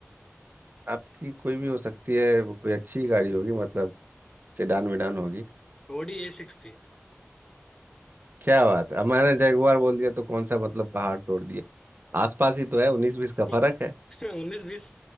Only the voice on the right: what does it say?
आपकी कोई भी हो सकती है वो कोई अच्छी गाड़ी होगी मतलब सेडान वेडान होगी
क्या बात है अब मैंने जगुआर बोल दिया तो कौन सा मतलब पहाड़ तोड़ दिए आसपास ही तो है उन्नीस बीस का
फर्क
है